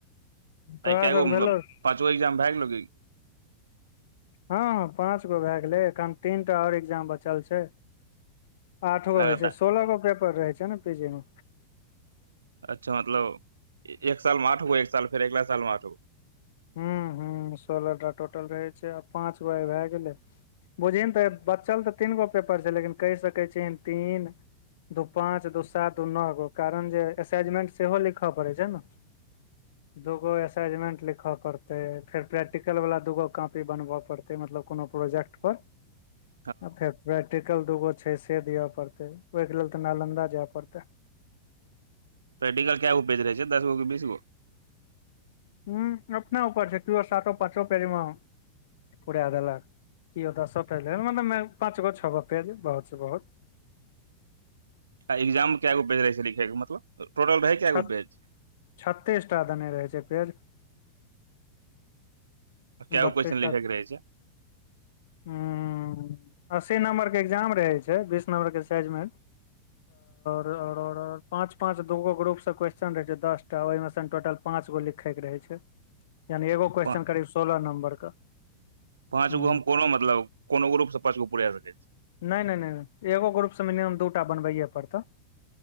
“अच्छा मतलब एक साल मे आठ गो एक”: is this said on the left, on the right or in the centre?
Right